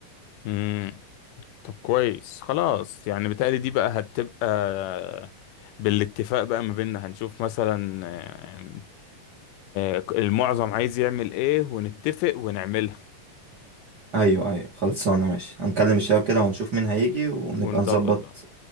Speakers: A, on the left (about 85°); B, on the right (about 50°).
A: امم طب كويس خلاص يعني بتهيألي دي بقى هتبقى بالاتفاق بقى ما بيننا هنشوف مثلا آه، آه، المعظم عايز يعمل ايه ونتفق ونعملها
B: <laughs> ايوه ايوه خلصانة ماشي هنكلم الشباب كده ونشوف مين هيجي ونبقى
A: ونظبط
B: نظبط
A: بقى